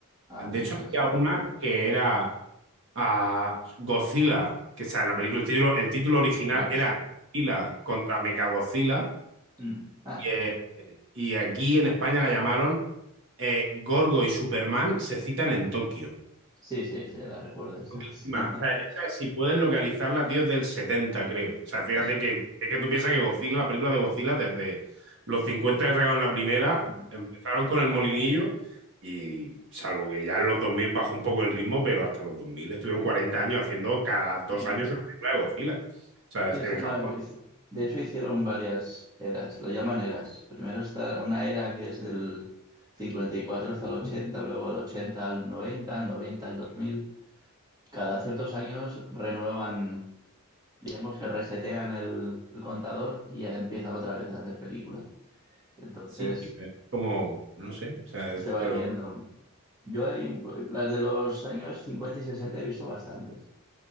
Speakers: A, on the right; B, on the right.
A: Ah,
B: De
A: sí,
B: hecho,
A: eso es
B: había
A: un-
B: una que era ah, Godzilla, que o sea, la película, el título, el título original
A: Ah,
B: era
A: sí.
B: Godzilla contra Mechagodzilla,
A: Mm. Ah,
B: y, eh, y aquí en España la llamaron eh, Gorgo y Superman se citan en Tokio.
A: sí, sí, sí, la recuerdo esa.
B: Encima,
A: <laughs>
B: O sea, esa, si puedes localizarla, tío, es del 70 creo. O sea, fíjate
A: Eso.
B: que es que tú piensas que Godzilla, la película de Godzilla, desde los 50 que sacaron la primera,
A: Mm.
B: empezaron con el molinillo y salvo que ya en los 2000 bajó un poco el ritmo, pero hasta los 2000 estuvieron 40 años haciendo cada dos
A: Bien.
B: años una película de Godzilla. O sea,
A: Sí,
B: es-
A: sí,
B: en Japón.
A: no, hiz- de hecho hicieron varias eras, lo llaman eras. Primero está una era que es del 54 hasta el 80, luego del 80 al 90, al 90 al 2000. Cada ciertos años renuevan, digamos que resetean el, el contador y ya empiezan otra vez a hacer películas. Entonces
B: Sí, tío, es como, no sé, o sea,
A: se
B: es-
A: va
B: pero
A: viendo. Yo hay, un- las de los años 50 y 60 he visto bastantes,